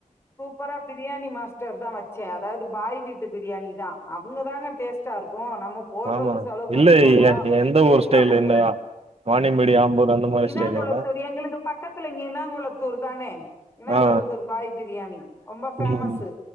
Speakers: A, on the left (about 20°); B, on the right (about 50°).
A: சூப்பரா பிரியாணி மாஸ்டர்தா வச்ச அதாவது பாய் வீட்டு பிரியாணி தா அப் உங்க தாங்க டேஸ்ட்டா இருக்கு நம்ம போடுறது
B: ஆமா
A: செலவு பண்ணி
B: இல்ல
A: போடுறோம்
B: எ எந்த
A: டேஸ்டா
B: ஊர் ஸ்டைல்
A: கொடு <inaudible>
B: இந்த வாணியம்பேடி ஆம்பூர் அந்த மாரி
A: இனாங்குளத்தூர்
B: ஸ்டைலுங்களா
A: எங்களுக்கு பக்கத்துல இங்க இனாங்குளத்தூர் தானே இனாங்குளத்தூர்
B: ஆ
A: பாய் பிரியாணி ரொம்ப பேமஸ்ஸு
B: ம்